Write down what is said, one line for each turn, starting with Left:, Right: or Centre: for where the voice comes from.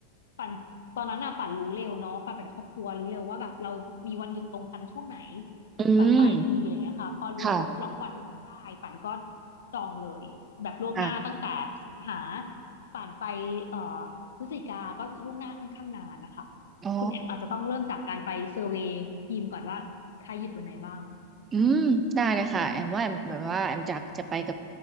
Left: ปั่นตอนนั้นน่ะปั่นรู้เร็วเนาะปั่นไปกับครอบครัวรู้เร็วว่าแบบเรามีวันหยุดตรงกันช่วงไหน
Right: อืม
Left: แบบปลายปีอะไรอย่างเงี้ยค่ะพอรู้ปุ๊บล็อกวันทุกคนได้ปั่นก็
Right: ค่ะ
Left: จองเลยแบบล่วงหน้าตั้งแต่สิงหา
Right: ค่ะ
Left: ปั่นไปเอ่อพฤศจิกา ก็ล่วงหน้าค่อนข้างนานนะคะ
Right: อ๋อ
Left: คุณแอมอาจจะต้องเริ่มจากการไปเซอร์เวย์ทีมก่อนว่าใครหยุดวันไหนบ้าง
Right: อืมได้เลยค่ะแอมว่าแอมแบบว่าแอมอยากจะไปกับ